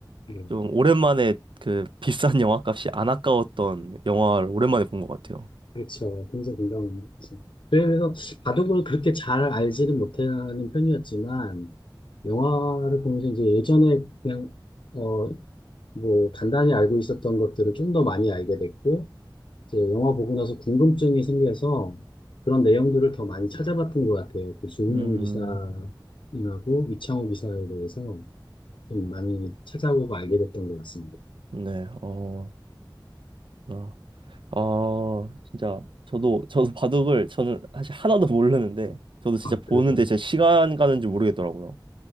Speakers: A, on the left; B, on the right.
A: 음,
B: 좀 오랜만에 그 비싼 <laughs> 영화값이 안 아까웠던 영화를 오랜만에 본 것 같아요.
A: 그렇죠. 굉장히 공감합니다. 그래서 바둑을 그렇게 잘 알지는 못하는 편이었지만, 영화를 보면서 이제 예전에 그냥, 어, 뭐, 간단히 알고 있었던 것들을 좀 더 많이 알게 됐고, 이제 영화 보고 나서 궁금증이 생겨서 그런 내용들을 더 많이 찾아봤던 것 같아요. 그 조은현
B: 음,
A: 기사님하고 이창호 기사에 대해서 좀 많이 찾아보고 알게 됐던 것 같습니다.
B: 네, 어, 어, 어, 진짜 저도 저도 바둑을 저는 사실 하나도 모르는데 저도 진짜
A: 아,
B: 보는데
A: 그래서
B: 진짜 시간 가는 줄 모르겠더라고요.